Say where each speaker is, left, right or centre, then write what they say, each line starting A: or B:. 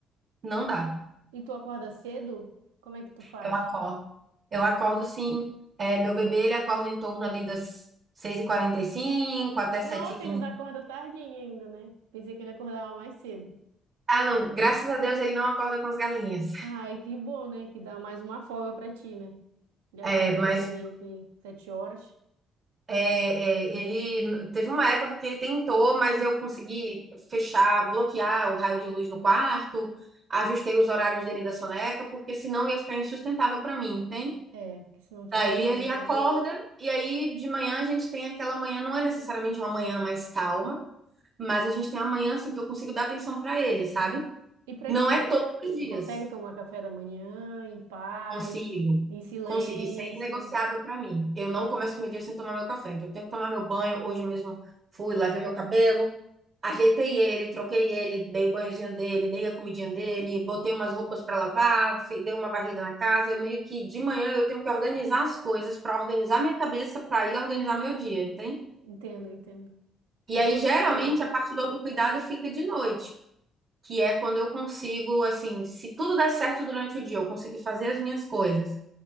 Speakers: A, on the right; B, on the right.
A: não dá.
B: e tu acorda cedo? Como é que tu faz?
A: Eu acordo. Eu acordo sim. É, meu bebê, ele acorda em torno ali das 6 e 45 até
B: Nossa,
A: 7h15.
B: ele ainda acorda tardinho ainda, né? Pensei que ele acordava mais cedo.
A: Ah, não, graças a Deus ele não acorda com as galinhas.
B: Ai, que bom, né? Que dá mais uma folga pra ti, né? Ele
A: É,
B: acordar
A: mas
B: assim meio que sete horas.
A: É, é, ele teve uma época que ele tentou, mas eu consegui fechar, bloquear o raio de luz no quarto, ajustei os horários dele da soneca, porque senão ia ficar insustentável para mim, entende?
B: É, porque senão tu
A: Daí
B: não aguenta,
A: ele acorda,
B: né?
A: e aí de manhã a gente tem aquela manhã, não é necessariamente uma manhã mais calma, mas a gente tem uma manhã assim que eu consigo dar atenção para ele, sabe?
B: E pra
A: Não
B: ti,
A: é todos os dias.
B: tu consegue tomar café da manhã em paz,
A: Consigo.
B: em silêncio?
A: Consigo. Isso é inegociável para mim. Eu não começo meu dia sem tomar meu café. Então, eu tenho que tomar meu banho. Hoje mesmo fui, lavei meu cabelo, ajeitei ele, troquei ele, dei o banhozinho dele, dei a comidinha dele, botei umas roupas para lavar, fi- dei uma varrida na casa. Eu meio que de manhã eu tenho que organizar as coisas para organizar minha cabeça para ir organizar meu dia, entende?
B: Entendo, entendo.
A: E
B: Faz
A: aí,
B: todo
A: geralmente,
B: sentido.
A: a parte do autocuidado fica de noite, que é quando eu consigo, assim, se tudo der certo durante o dia, eu conseguir fazer as minhas coisas